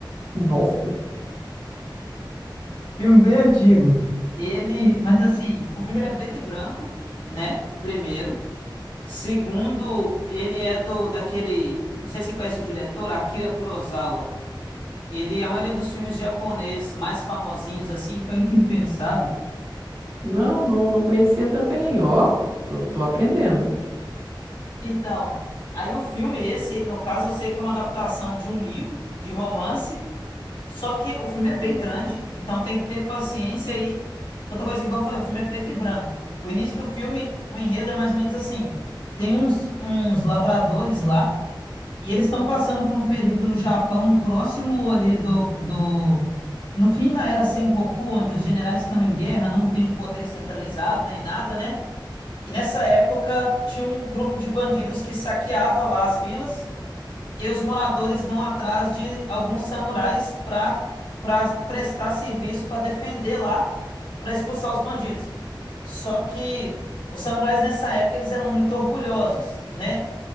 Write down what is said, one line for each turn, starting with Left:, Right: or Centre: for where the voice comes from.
Right: Nossa.
Left: Filme bem antigo. Ele, mas assim, o filme ele é preto e branco, né? Primeiro. Segundo, ele é do daquele, não sei se você conhece o diretor, Akira Kurosawa. Ele, a maioria dos filmes japoneses mais famosinhos assim, foi ele que fez, sabe?
Right: Não, não, não conhecia também, ó. Tô, tô aprendendo.
Left: Então, aí o filme esse, no caso, eu sei que é uma adaptação de um livro de romance Só que o filme é bem grande, então tem que ter paciência e outra coisa, igual eu falei, o filme é preto e branco. O início do filme, o enredo é mais ou menos assim: tem uns, uns lavradores lá e eles estão passando por um período no Japão próximo ali do, do. No fim da era Sengoku, onde os generais estão em guerra, não tem um poder centralizado nem nada, né? E nessa época tinha um grupo de bandidos que saqueava lá as vilas e os moradores vão atrás de alguns samurais para para prestar serviço para defender lá, para expulsar os bandidos. Só que os samurais nessa época eles eram muito orgulhosos, né?